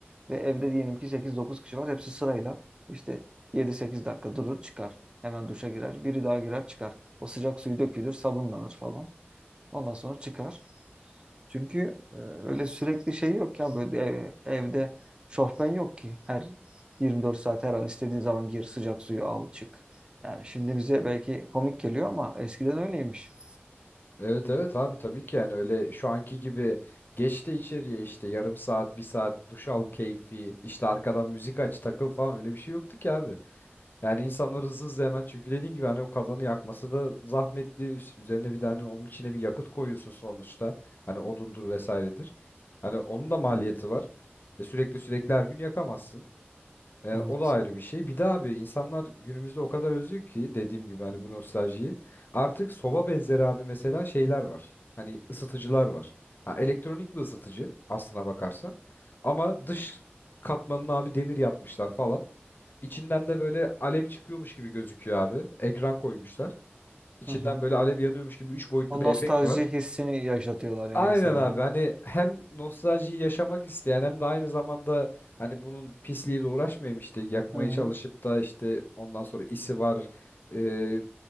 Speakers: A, on the right; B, on the left.
A: Ve evde diyelim ki sekiz dokuz kişi var. Hepsi sırayla işte yedi sekiz dakika durur çıkar. Hemen duşa girer. Biri daha girer çıkar. O sıcak suyu dökülür, sabunlanır falan. Ondan sonra çıkar. Çünkü e, öyle sürekli şey yok ya böyle ev- evde şofben yok ki. Her 24 saat her an istediğin zaman gir sıcak suyu al çık. Yani şimdi bize belki komik geliyor ama eskiden öyleymiş.
B: Evet evet abi tabii ki yani öyle şu anki gibi geç de içeriye işte yarım saat, bir saat duş al keyfi, işte arkadan müzik aç takıl falan öyle bir şey yoktu ki abi. Yani insanlar hızlı hızlı hemen çünkü dediğin gibi hani o kazanı yakması da zahmetli. Üst- Üzerine bir tane onun içine bir yakıt koyuyorsun sonuçta. Hani odundur vesairedir. Hani onun da maliyeti var. E sürekli sürekli her gün yakamazsın. Yani
A: Evet.
B: o da ayrı bir şey. Bir de abi insanlar günümüzde o kadar özlüyor ki dediğim gibi hani bu nostaljiyi. Artık soba benzeri abi mesela şeyler var. Hani ısıtıcılar var. Ha, elektronik bir ısıtıcı aslına bakarsan. Ama dış katmanını abi demir yapmışlar falan. İçinden de böyle alev çıkıyormuş gibi gözüküyor abi. Ekran koymuşlar. İçinden
A: Hı hı.
B: böyle alev yanıyormuş gibi 3 boyutlu
A: O
B: bir
A: nostalji
B: efekt var.
A: hissini yaşatıyorlar yani
B: Aynen
A: insanlara.
B: abi hani hem nostaljiyi yaşamak isteyen hem de aynı zamanda hani bunun pisliğiyle uğraşmayayım işte yakmayı
A: Hı hı.
B: çalışıp da işte ondan sonra isi var e,